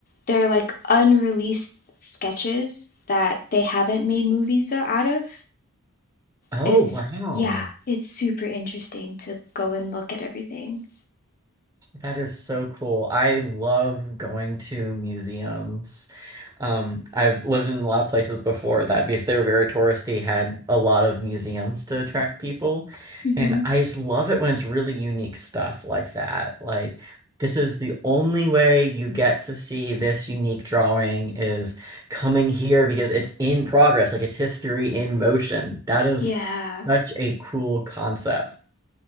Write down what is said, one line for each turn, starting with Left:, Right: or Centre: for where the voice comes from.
Left: they're like unreleased sketches that they haven't made movies o- out of.
Right: Oh,
Left: It's
Right: wow.
Left: yeah, it's super interesting to go and look at everything.
Right: That is so cool. I love going to museums. Um, I've lived in a lot of places before that because they were very touristy, had a lot of museums to attract people.
Left: hmm
Right: And I just love it when it's really unique stuff like that. Like, this is the only way you get to see this unique drawing is coming here because it's in progress, like it's history in motion. That is
Left: Yeah.
Right: such a cool concept.